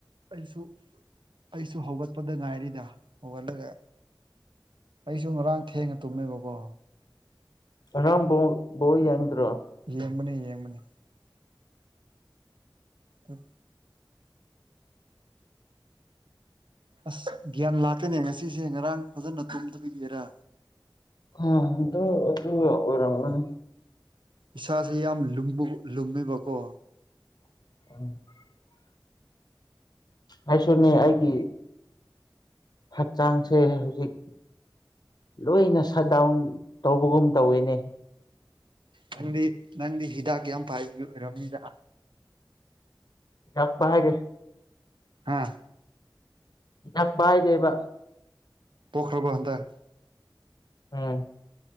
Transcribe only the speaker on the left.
ꯉꯔꯥꯡ ꯄꯨꯡ ꯕꯣꯜ ꯌꯦꯡꯗ꯭ꯔꯣ
ꯑꯝ ꯑꯗꯨ ꯑꯗꯨꯅ ꯑꯣꯏꯔꯝꯒꯅꯤ
<inaudible> ꯑꯩꯁꯨꯅꯦ ꯑꯩꯒꯤ ꯍꯛꯆꯥꯡ ꯑꯝ ꯍꯨꯖꯤꯛ ꯂꯣꯏꯅ ꯁꯠ ꯗꯥꯎꯟ ꯇꯧꯕꯒꯨꯝ ꯇꯧꯋꯤꯅꯦ
ꯌꯥꯥꯛ ꯄꯥꯏꯔꯦ
ꯌꯥꯝ ꯄꯥꯏꯗꯦꯕ
ꯎꯝ